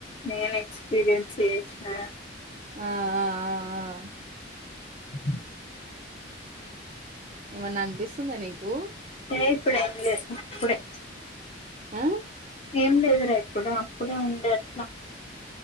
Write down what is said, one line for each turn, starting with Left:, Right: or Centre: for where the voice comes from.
Left: నేను ఎక్స్పీరియన్స్ చేసినాగ
Right: ఆ ఆ ఆ ఆ
Left: హు
Right: ఏమన్న అనిపిస్తుంద నీకూ
Left: తినేస్ ఇప్పుడే ఏంలే ఇప్పుడే
Right: ఆ
Left: ఏం లేదురా ఇప్పుడా అప్పుడే అంటే ఎట్లా